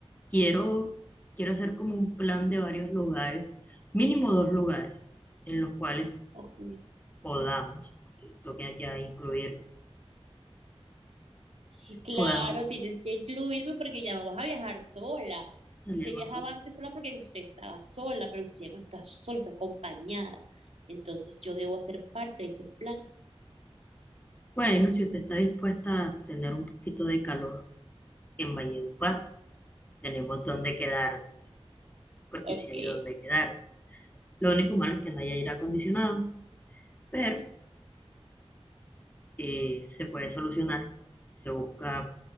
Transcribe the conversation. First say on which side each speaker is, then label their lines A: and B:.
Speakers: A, on the left; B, on the right.
A: quiero, quiero hacer como un plan de varios lugares, mínimo dos lugares en los cuales
B: ok.
A: podamos, porque toque ya incluir,
B: Sí, claro,
A: podamos
B: tienes que incluirme porque ya no vas a viajar sola.
A: salir
B: Usted
A: más
B: viajaba
A: barato.
B: antes sola porque usted estaba sola, pero usted no está sola, está acompañada. Entonces yo debo hacer parte de sus planes.
A: Bueno, si usted está dispuesta a tener un poquito de calor en Valledupar, tenemos donde quedar, porque
B: Ok,
A: si hay donde quedar. Lo único malo es que no hay aire acondicionado, pero eh, se puede solucionar. Se busca,